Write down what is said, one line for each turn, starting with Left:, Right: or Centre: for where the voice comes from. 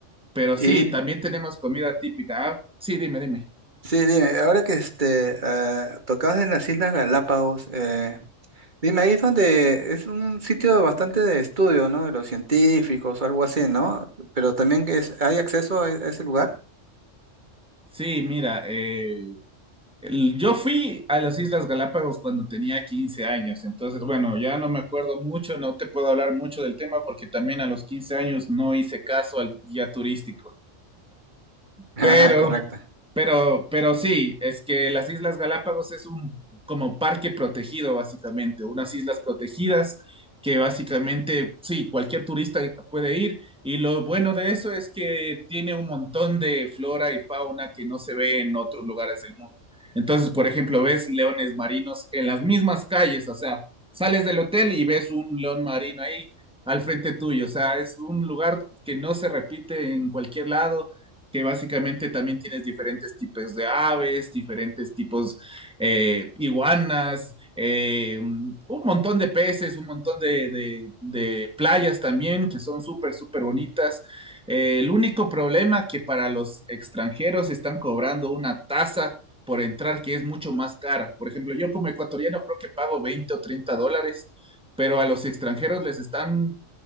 Centre: Pero
Right: Y
Centre: sí, también tenemos comida típica. Ah, sí, dime, dime.
Right: sí, dime, ahora que este, eh, tocabas en las Islas Galápagos, eh, Dime, ahí es donde es un sitio bastante de estudio, ¿no? De los científicos, algo así, ¿no? Pero también que es, ¿hay acceso a e, a ese lugar?
Centre: Sí, mira, eh, El- yo fui a las Islas Galápagos cuando tenía quince años, entonces bueno, ya no me acuerdo mucho, no te puedo hablar mucho del tema porque también a los 15 años no hice caso al guía turístico.
Right: <laughs>
Centre: Pero,
Right: Ah, correcto.
Centre: pero, pero sí, es que las Islas Galápagos es un como parque protegido, básicamente, unas islas protegidas que básicamente, sí, cualquier turista puede ir. Y lo bueno de eso es que tiene un montón de flora y fauna que no se ve en otros lugares del mundo. Entonces, por ejemplo, ves leones marinos en las mismas calles, o sea, sales del hotel y ves un león marino ahí al frente tuyo, o sea, es un lugar que no se repite en cualquier lado que básicamente también tienes diferentes tipos de aves, diferentes tipos eh, iguanas, eh, un montón de peces, un montón de, de- de playas también que son súper, súper bonitas. Eh, el único problema que para los extranjeros están cobrando una tasa por entrar que es mucho más cara. Por ejemplo, yo como ecuatoriano creo que pago 20 o 30 dólares, pero a los extranjeros les están